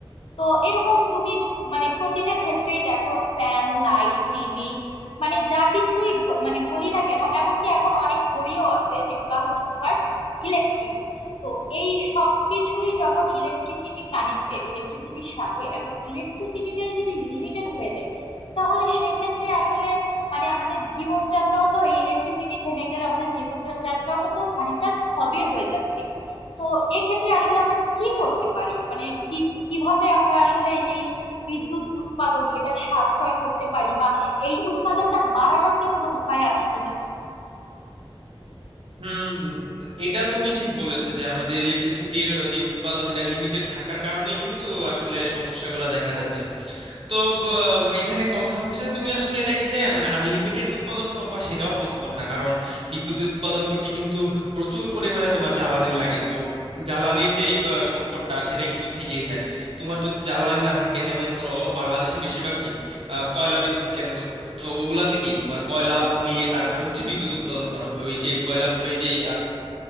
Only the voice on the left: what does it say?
তো এরকম তুমি মানে প্রতিটা ক্ষেত্রেই দেখো ফ্যান লাইট টিভি মানে যা কিছুই ব- মানে বলি না কেন এমনকি এখন অনেক ঘড়িও আছে যেগুলা হচ্ছে তোমার ইলেকট্রিক তো এই সব কিছুই যখন ইলেকট্রিসিটি কানেক্টেড ইলেকট্রিসিটির সাথে এখন ইলেকট্রিসিটিটাই যদি লিমিটেড হয়ে যায় তাহলে সেক্ষেত্রে আসলে মানে আমাদের জীবনযাত্রাও তো এই ইলেকট্রিসিটি থেমে গেলে আমাদের জীবনযাত্রাও কিন্তু খানিকটা স্থবির হয়ে যাচ্ছে তো এক্ষেত্রে আসলে আমরা কি করতে পারি মানে কি কিভাবে আমরা আসলে এই যে এই বিদ্যুৎ উৎপাদন এটা সাশ্রয় করতে পারি বা এই উৎপাদনটা বাড়ানোর কি কোনো উপায় আছে কিনা